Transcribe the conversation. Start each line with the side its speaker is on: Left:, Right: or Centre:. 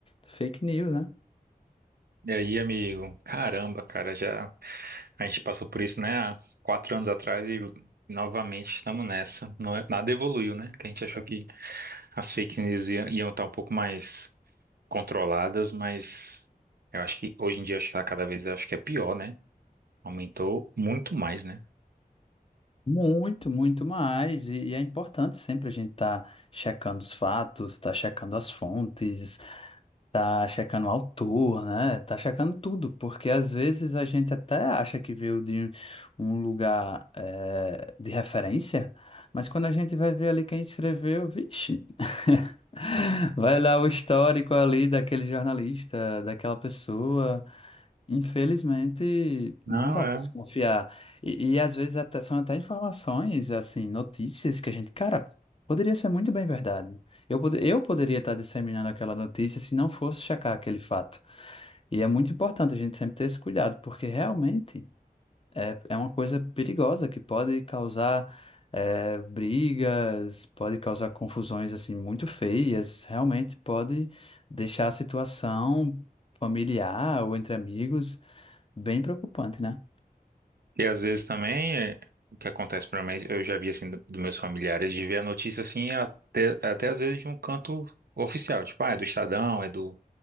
Left: fake news, né?
Right: E aí, amigo? Caramba, cara, já a gente passou por isso, né, há quatro anos atrás e novamente estamos nessa. Não é- nada evoluiu, né? Que a gente achou que as fake news ia- iam, estar um pouco mais controladas, mas eu acho que hoje em dia acho que tá cada vez acho que é pior, né? Aumentou muito mais, né?
Left: Muito, muito mais. E, e é importante sempre a gente estar checando os fatos, estar checando as fontes, tá checando o autor, né? Tá checando tudo, porque às vezes a gente até acha que veio de um lugar eh, de referência, mas quando a gente vai ver ali quem escreveu, vixe, <laughs> vai lá o histórico ali daquele jornalista, daquela pessoa. Infelizmente,
Right: Não,
Left: não dá
Right: é.
Left: para se confiar. E, e, às vezes até são até informações, assim, notícias que a gente, cara, poderia ser muito bem verdade. Eu, pode- eu poderia estar disseminando aquela notícia se não fosse checar aquele fato. E é muito importante a gente sempre ter esse cuidado, porque realmente é, é uma coisa perigosa que pode causar é, brigas, pode causar confusões, assim, muito feias. Realmente pode deixar a situação familiar ou entre amigos. Bem preocupante, né?
Right: E às vezes também, é, o que acontece para mim, eu já vi assim do- dos meus familiares, de ver a notícia assim, até, até às vezes de um canto oficial, tipo, ah, é do Estadão, é do